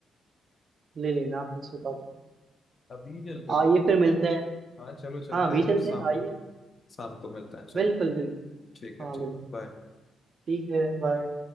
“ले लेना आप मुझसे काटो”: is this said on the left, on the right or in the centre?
Right